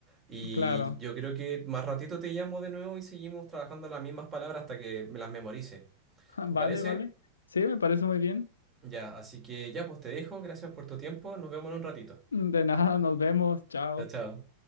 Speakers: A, on the right; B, on the left.
A: Y
B: claro.
A: yo creo que más ratito te llamo de nuevo y seguimos trabajando las mismas palabras hasta que me las memorice.
B: <laughs>
A: ¿Te
B: Vale,
A: parece?
B: vale. Sí, me parece muy bien.
A: Ya, así que ya, pues te dejo, gracias por tu tiempo, nos vemos en un ratito.
B: De nada, nos vemos, chao.
A: Chao, chao.